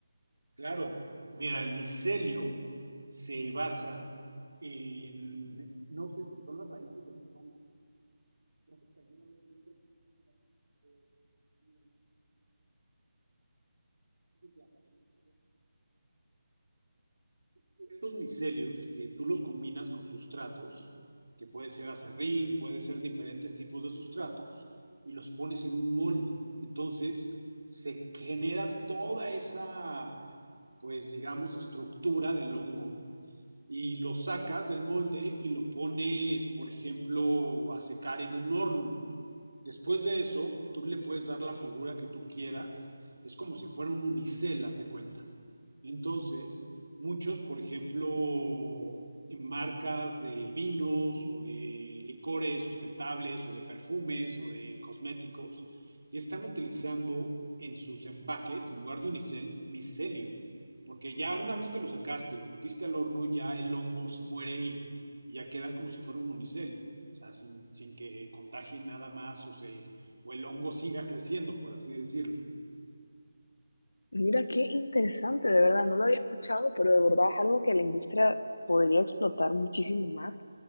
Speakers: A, on the right; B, on the left.
A: Claro, mira, el micelio se basa en, no sé si son las raíces de los hongos. No sé si alguna vez en un documental o en las la raíz de los hongos. Estos micelios que tú los combinas con sustratos, que puede ser acerrín, puede ser diferentes tipos de sustratos, y los pones en un molde. Entonces se genera toda esa, pues digamos, estructura del hongo y lo sacas del molde y lo pones, por ejemplo, a secar en un horno. Después de eso, tú le puedes dar la figura que tú quieras. Es como si fuera un unicel, haz de cuenta. Entonces, muchos, por ejemplo, marcas de vinos o de licores sustentables o de perfumes o de cosméticos, y están utilizando en sus empaques, en lugar de unicel, micelio. Porque ya una vez que lo secaste y lo metiste al horno, ya el hongo se muere y, y ya queda como si fuera un unicel. O sea, sin, sin que contagien nada más o, se, o el hongo siga creciendo, por así decirlo.
B: Mira, qué interesante, de verdad, no lo había escuchado, pero de verdad es algo que la industria podría explotar muchísimo más.